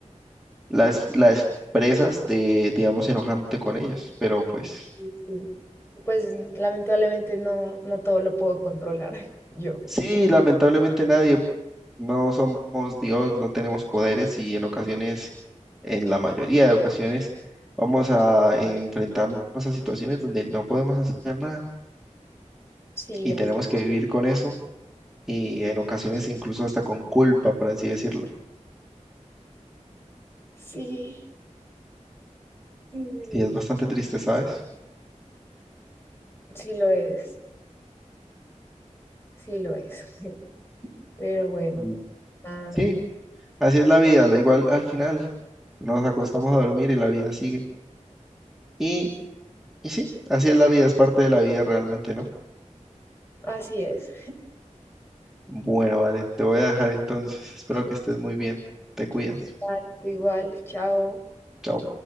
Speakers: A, in the centre; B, on the left.
A: la, es- la expresas de, digamos, enojándote con ellos. Pero pues
B: Sí, sí. Pues lamentablemente no, no todo lo puedo controlar <laughs> yo.
A: sí, lamentablemente nadie, no somos Dios, no tenemos poderes y en ocasiones, en la mayoría de ocasiones, vamos a enfrentarnos a situaciones donde no podemos hacer nada
B: Sí,
A: y
B: así-
A: tenemos que vivir con eso y en ocasiones incluso hasta con culpa, por así decirlo.
B: sí, sí, sí
A: sí es bastante triste, ¿sabes?
B: sí lo es, sí lo es. <laughs> Pero bueno,
A: Mm.
B: ah,
A: Sí, así es la vida, la igual al final nos acostamos a dormir y la vida sigue. Y, y sí, así es la vida, es parte de la vida realmente, ¿no?
B: así es.
A: Bueno, vale, te voy a dejar entonces. Espero que estés muy bien. Te cuidas.
B: Vale, tú igual, chao.
A: Chao.